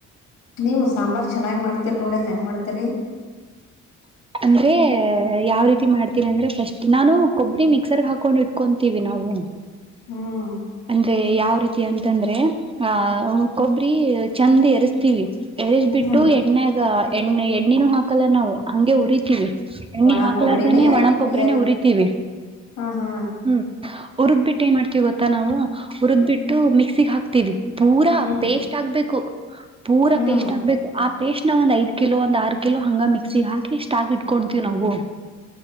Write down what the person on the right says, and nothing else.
ಅಂದ್ರೆ ಯಾವ್ ರೀತಿ ಮಾಡ್ತೀನ್ ಅಂದ್ರೆ ಫಸ್ಟ್ ನಾನು ಕೊಬ್ರಿ ಮಿಕ್ಸರ್ ಹಾಕೊಂಡ್ ಇಟ್ಕೊಂತೀವಿ ನಾವು.
ಅಂದ್ರೆ ಯಾವ್ ರೀತ್ ಏನ್ತಂದ್ರೆ ಆಹ ಹು ಕೊಬ್ರಿ ಚಂದ್ ಎರುಸ್ತೀವಿ. ಎರುಜ್ ಬಿಟ್ಟು
ಎಣ್ಣೆಗ. ಎಣ್ಣೆ ಎಣ್ಣಿನೂ ಹಾಕಲ್ಲ ನಾವ್. ಹಂಗೆ ಉರಿತೀವಿ ಎಣ್ಣಿ
ಹಾಕ್ಲಾರ್ದೇನನೆ
ಒಣಕ್ಕೊಬ್ರನ
ಹುರಿತೀವಿ
ಹ್ಮ್ ಹುರದ್ ಬಿಟ್ಟ ಏನ್ ಮಾಡ್ತೀವಿ ಗೊ ಮತ್ತ ನಾವು ಹುರದ್ ಬಿಟ್ಟು ಮಿಕ್ಸಿಗೆ ಹಾಕ್ತೀವಿ ಪೂರಾ
ಪೇಸ್ಟ್ ಆಗ್ಬೇಕು ಪೂರಾ
ಪೇಸ್ಟ್ ಹಾಕ್ಬೇಕು ಆ ಪೇಸ್ಟ್ ನ ಒಂದ ಐದು ಕಿಲೋ ಒಂದ್ ಆರೂ ಕಿಲೋ ಹಂಗ ಮಿಕ್ಸಿಗೆ ಹಕಿ ಎಷ್ಟ ಆಗಿಟ್ಕೊತೀವಿ ನಾವು